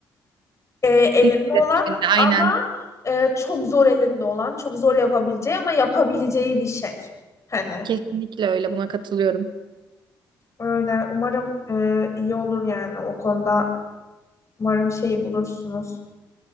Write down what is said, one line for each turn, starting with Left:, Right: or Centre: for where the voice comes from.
Left: e, elinde
Right: İnisiyatifinde
Left: olan
Right: aynen.
Left: ama e, çok zor elinde olan, çok zor yapabileceği ama yapabileceği bir şey. Hani.
Right: Kesinlikle öyle buna katılıyorum.
Left: Öyle. Umarım e, iyi olur yani o konuda. Umarım şey bulursunuz.